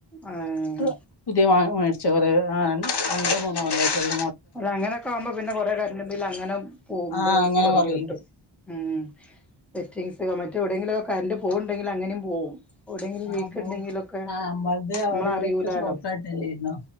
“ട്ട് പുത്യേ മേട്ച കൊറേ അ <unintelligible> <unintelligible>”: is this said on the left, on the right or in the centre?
Left